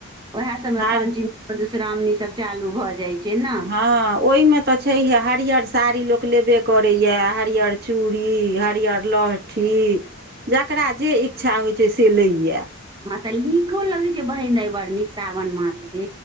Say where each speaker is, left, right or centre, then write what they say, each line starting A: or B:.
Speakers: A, on the right (about 20°); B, on the right (about 55°).
A: उएह सभमे
B: हार
A: पंचमी मधुश्रावणी सभ चालू भऽ जाइ छै ने
B: हँ ओहिमे तऽ छैहे हरियर साड़ी लोक लेबे करैए हरिअर चूड़ी हरियर लहठी जकरा जे इच्छा होइ छै से लैए
A: आ तऽ नीको लगे छै बहिन अई बड़ नीक सावन मास